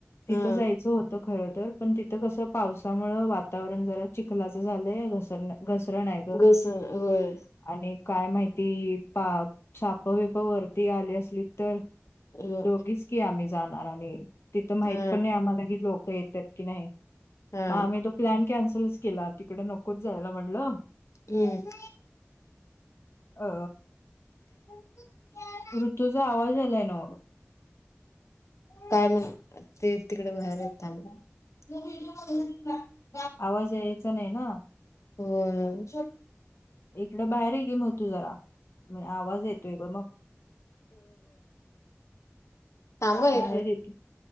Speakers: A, on the left (about 60°); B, on the left (about 80°).
A: तिथं
B: हा
A: जायचं होत खर तर पण तिथं कसं पावसामुळे वातावरण जरा चखला झालं घसर घसरण आहे ग
B: घस होय
A: आणि काय माहिती पा सापवेप वरती आली असली तर
B: हो
A: दोघीच की आम्ही जाणार आणि तिथं माहित
B: हा
A: पण नाही आम्हालाी लोक येतात की नाही
B: हा
A: मग आम्ही तो प्लॅन कॅन्सलच केला तिकडे नकोच जायला म्हणलं
B: हम्
A: अ
B: ब
A: ऋत्यूचा आवाज आलाय ना
B: काय म्हण ते तिकडे बाहेर येतां नड
A: आवाज यायचा नाही ना
B: होम्
A: इकडं बाहेरही गे म तू जरा म्हण आवाज येतोय मग
B: ांब य
A: बाहेर येतो